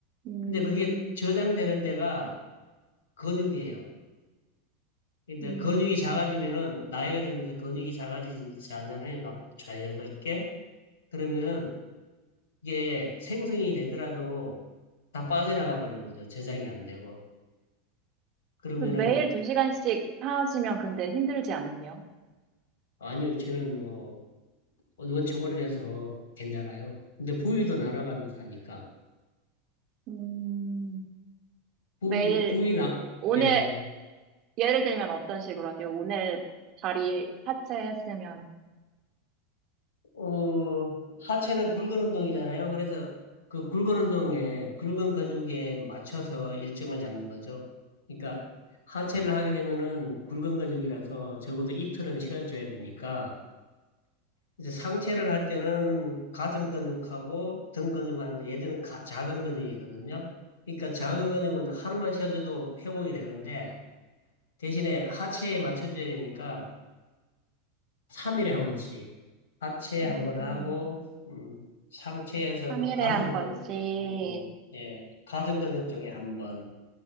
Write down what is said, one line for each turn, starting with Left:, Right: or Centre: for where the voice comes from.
Right: 음,
Left: 근데 그게 저장되는 데가 근육이에요. 근데
Right: 음.
Left: 근육이 작아지면은, 나이가 들면서 근육이 작아지잖아요, 나- 자연스럽게. 그러면은 이게 생성이 되더라도 다 빠져나가 버리는 거죠. 저장이 안 되고. 그러면은,
Right: 그 매일 두 시간씩 하시면 근데 힘들지 않으세요?
Left: 아니요, 저는 뭐, 원체 오래돼서 괜찮아요. 근데 부위도 날아가면서 하니까.
Right: 음,
Left: 부위,
Right: 매일,
Left: 부위나,
Right: 오늘,
Left: 예,
Right: 예를 들면 어떤 식으로 하세요? 오늘 다리 하체 했으면,
Left: 어, 하체는 굵은 운동이잖아요. 그래서 그 굵은 운동에, 굵은 근육에 맞춰서 일정을 잡는 거죠. 그러니까 하체를 하게 되면은 굵은 근육이라서 적어도 이틀은 쉬어줘야 되니까, 이제 상체를 할 때는 가슴 근육하고 등 근육 하는데 얘들은 가- 작은 근육이거든요. 그러니까 작은 근육은 하루만 쉬어줘도 회복이 되는데, 대신에 하체에 맞춰줘야 되니까, 삼일에한 번씩 하체 한번
Right: 음,
Left: 하고 음, 상체에서도
Right: 3일에
Left: 가슴
Right: 한 번씩,
Left: 근육 음, 음, 예 가슴 근육 쪽에 한번